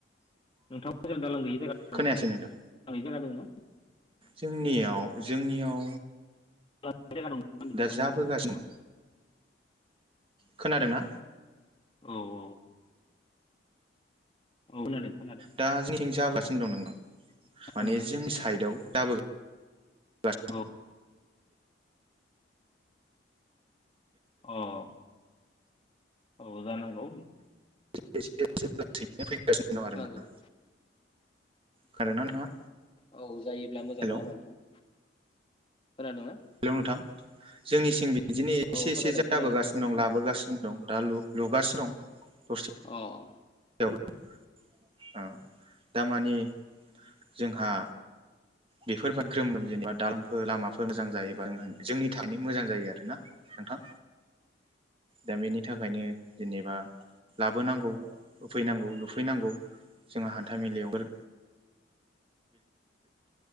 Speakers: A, on the left; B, on the right.
A: नोंथांमोनजों दालां गैयि जायगा
B: खोनायासै नोंथां
A: दं <unintelligible> <unintelligible>
B: जोंनियाव जोंनियाव
A: दालां गैयि जायगा दं नोंथांमोननि
B: दा जाबोगासिनो
A: जायगायाव
B: खोनादों ना?
A: औ औ। औ खोनादों। खोनादों
B: दा जोंनि थिं जागासिनो दं नोंथां।
A: खोनादों
B: माने जोंनि साइडआव जाबो <unintelligible>
A: नोंथां अ' औ जानांगौ।
B: <unintelligible> गासिनो दं आरो
A: नांगौ
B: ना। खोनादों ना नोंथाङा?
A: औ जायोब्ला मोजां
B: हेल'
A: नङा होनबा नोंथां? खोनादोंना
B: हेल' नोंथां जोंनिसिम बिदिनो
A: औ
B: एसे
A: खोनादों
B: एसे जाबोगासिनो
A: खोनादों
B: दं लाबोगासिनो दं दा लु लुगासि दं। दसेयाव
A: अह।
B: <unintelligible> अ दा मानिे जोंहा बेफोरबाद ग्रोम ग्रोम जेनेबा दालांफोर लामाफोर मोजां जायोबा जोंनि थांनो मोजां जायो आरोना नोंथां दा बेनि थाखायनो जेनेबा लाबोनांगौ होफैनांगौ लुफैनांगौ जोंहा हान्थ मेलायाव <unintelligible>